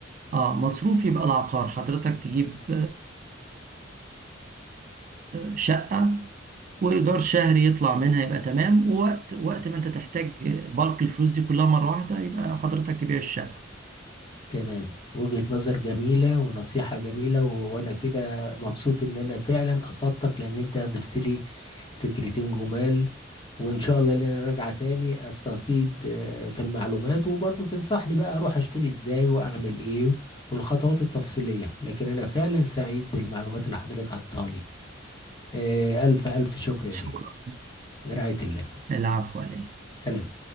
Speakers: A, on the right; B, on the left.
A: اه مصروف يبقى العقار حضرتك تجيب آه، شقة وإيجار شهري يطلع منها يبقى تمام ووقت وقت ما أنت تحتاج بالك الفلوس دي كلها مرة واحدة يبقى حضرتك تبيع الشقة
B: تمام وجهة نظر جميلة ونصيحة جميلة و- وأنا كده مبسوط إن أنا فعلا أصدتك لأن أنت ضفت لي فكرتين جمال وإن شاء الله إن أنا راجعة تاني أستفيد آه، في المعلومات وبرضه تنصحني بقى أروح أشتري إزاي وأعمل إيه والخطوات التفصيلية لكن أنا فعلا سعيد بالمعلومات اللي حضرتك عطتها لي آه، ألف ألف شكر يا
A: شكرا
B: بيه برعاية الله
A: العفو عليك مع
B: سلام